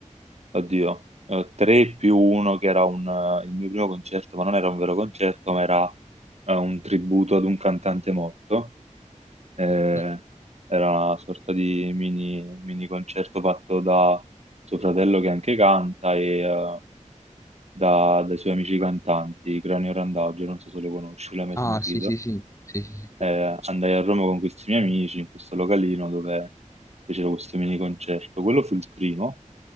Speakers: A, on the right; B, on the left.
A: oddio, eh, tre più uno che era un, eh, il mio primo concerto, ma non era un vero concerto, ma era eh, un tributo ad un cantante morto. Eh,
B: Mm.
A: era una sorta di mini, mini concerto fatto da suo fratello che anche canta e eh, da- dai suoi amici cantanti, Cranio Randagio, non so se lo conosci, l'hai mai
B: Ah,
A: sentito.
B: sì, sì, sì, sì, sì,
A: Eh,
B: sì.
A: andai a Roma con questi miei amici in questo localino dove fecero questo mini concerto. Quello fu il primo.